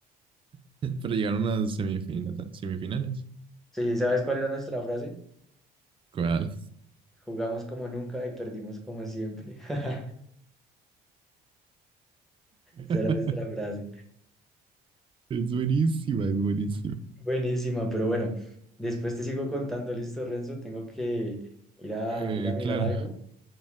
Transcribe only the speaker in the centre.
Sí, ¿sabes cuál era nuestra frase?
Jugamos como nunca y perdimos como siempre. <laughs>
Esa era nuestra frase.
Buenísima, pero bueno, después te sigo contando, ¿listo, Renzo? Tengo que ir a,
ir a mirar
algo